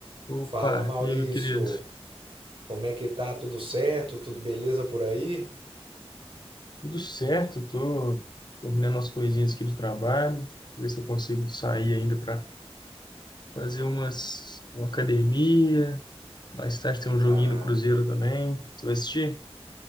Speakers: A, on the left; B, on the right.
A: Opa,
B: Fala Maurício,
A: e aí, meu querido?
B: como é que tá? Tudo certo? Tudo beleza por aí?
A: Tudo certo, tô terminando as coisinhas aqui do trabalho, ver se eu consigo sair ainda para fazer umas uma academia. Mais tarde tem um joguinho
B: Ah,
A: do Cruzeiro também. Você vai assistir?